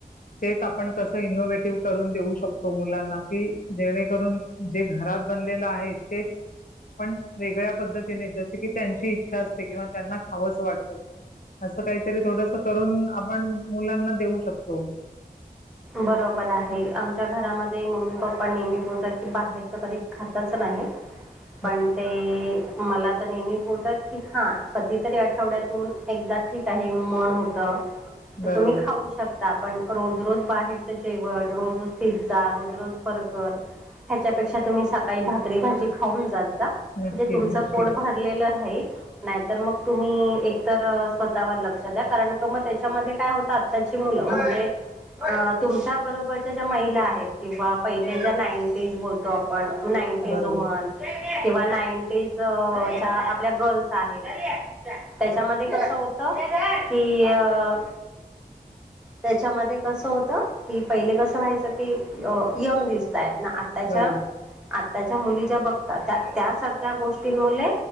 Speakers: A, on the left (about 60°); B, in the centre.
A: तेचं आपणं कसं इनोव्हेटिव्ह करून देऊ शकतो मुलांना की जेणेकरूंन जे घरांत बनलेलं आहे तेचं पणं वेगळ्या पद्धतीने जसे की त्यांची इच्छा असते किंवा त्यांना खावस वाटतं. असं काहीतरी थोडंस करून आपणं मुलांना देऊ शकतो.
B: बरोबर आहे आमच्या घरांमध्ये मम्मी, पप्पा नेहमी बोलतात की बाहेरच कधी खातच नाही.
A: <unintelligible>
B: पण ते मला तर नेहमीच बोलतात की हां कधीतरी आठवड्यातून एकदा ठीक आहे मन होत तर
A: बरोबर.
B: तुम्हीं खाऊं शकतात पण रोज, रोज बाहेरच जेवणं रोज, रोज पिझ्झा, रोज, रोज बर्गर ह्याच्यापेक्षा तुम्हीं सकाळी भाकरी, भाजी खाऊंन जात जा
A: नक्कीच,
B: तुमचं
A: नक्कीच.
B: पोट भर भरलेलं राहील. नाहीं तर मग तुम्ही एकत्र स्वतःवर लक्ष द्या कारण की मगं त्यांच्यामध्ये काय होत. त्यांची मुलं म्हणजे अ तुमच्यां बरोबरच्यां ज्यां महिला आहेत किंवा पहिलें ज्या नाईंटीज बोलत बोलतो आपणं नाईंटीज
A: बरोबर,
B: ऊमन किंवा नाईंटीज च्या आपल्या गर्ल्स आहेत. त्यांच्यामध्ये कस होत कि अ त्यांच्यामध्ये कस होत की पहिले कस व्हायचं की यंग दिसतंय अंन आताच्या
A: बरोबर.
B: आत्ताच्या मुली ज्या बघतात त्या, त्या सगळ्यां गोष्टीं मुळे